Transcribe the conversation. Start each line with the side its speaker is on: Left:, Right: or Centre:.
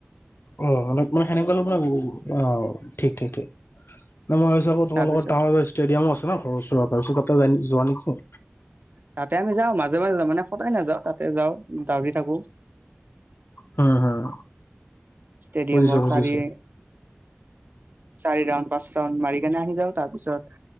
Left: অ মানে মানে সেনেকুৱা মানে অ ঠিক ঠিক ঠিক। নহ মই ভাবিছো আকৌ তোমালোকৰ
Right: তাৰ পিছত
Left: ডাঙৰ ষ্টেডিয়ামো আছে ন ঘৰ ওচৰত তাতে যোৱা নেকি
Right: তাতে আমি যাওঁ মাজে মাজে যাওঁ মানে সদায় নাযাওঁ তাতে যাওঁ দৌৰি থাকোঁ।
Left: হম হম
Right: ষ্টেডিয়ামৰ
Left: বুজিছো বুজিছো
Right: চাৰি চাৰি ৰাউণ্ড পাঁচ ৰাউণ্ড মাৰি কেনে আহি যাও তাৰ পিছত